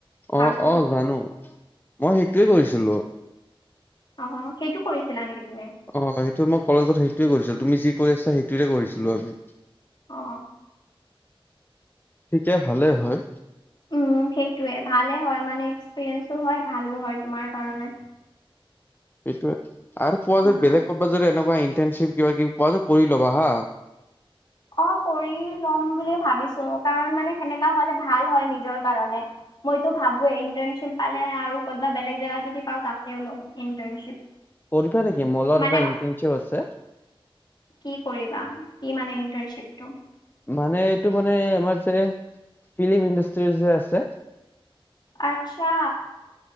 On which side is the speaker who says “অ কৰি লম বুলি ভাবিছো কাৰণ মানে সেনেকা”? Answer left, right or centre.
Left